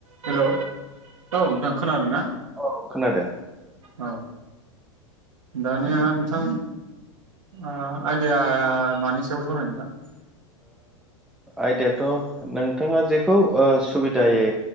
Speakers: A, on the right; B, in the centre.
A: Hello औ नोंथां खोनादों ना?
B: औ खोनादों
A: औ दानिया नोंथां आइदिया मानि सायाव सावरायनो नोंथां?
B: आयदायाथ' नोंथाङा जेखौ सुबिदायै